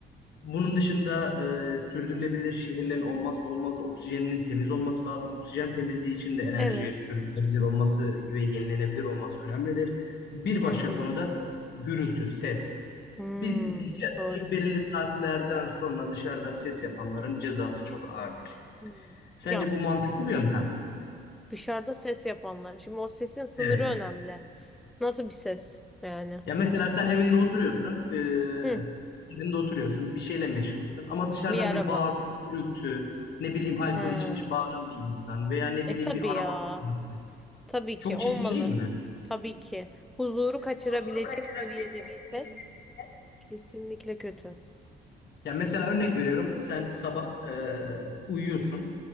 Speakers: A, on the left; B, in the centre.
A: Bunun dışında e, sürdürülebilir şehirlerin olmazsa olmazı oksijeninin temiz olması lazım. Oksijen temizliği için de enerji
B: Evet.
A: sürdürülebilir olması ve yenilenebilir olması önemlidir. Bir başka
B: Hı hı.
A: konuda s- gürültü, ses.
B: Hmm,
A: Biz diyeceğiz
B: doğru.
A: ki belirli saatlerden sonra dışarıda ses yapanların cezası çok ağırdır.
B: Hmm.
A: Sence
B: Ya
A: bu mantıklı bir yöntem mi?
B: dışarıda ses yapanlar. Şimdi o sesin sınırı
A: Evet.
B: önemli. Nasıl bir ses yani?
A: Ya mesela sen evinde oturuyorsun, eee,
B: Hı,
A: evinde oturuyorsun, bir şeyle meşgulsün ama dışarıdan
B: bir araba.
A: bir bağırtı, gürültü, ne bileyim alkol
B: He.
A: içmiş bağıran bir insan veya ne
B: E
A: bileyim
B: tabii
A: bir
B: ya.
A: araba kullanması.
B: Tabii
A: Çok
B: ki olmalı.
A: çirkin değil mi?
B: Tabii ki. Huzuru kaçırabilecek
A: Huzuru kaçırabilecek
B: seviyede bir
A: seviyede
B: ses
A: bir ses.
B: kesinlikle kötü.
A: Ya mesela örnek veriyorum, sen sabah eee, uyuyorsun,